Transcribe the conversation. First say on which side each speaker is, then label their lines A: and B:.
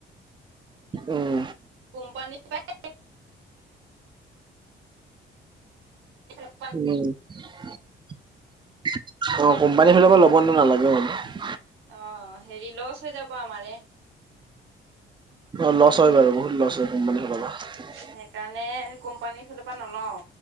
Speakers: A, on the right; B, on the right.
A: উম।
B: কোম্পানী পায় <unintelligible>
A: উম, অ', কোম্পানীৰ ফালৰ পৰা ল'ব নে নালাগে মানে।
B: অ', হেৰি লচ হৈ যাব আমাৰে।
A: অ', লছ হয় বাৰু বহুত লছ হয় কোম্পানীৰ ফালৰ পৰা।
B: সেইকাৰণে কোম্পানীৰ ফালৰ পৰা নলওঁ।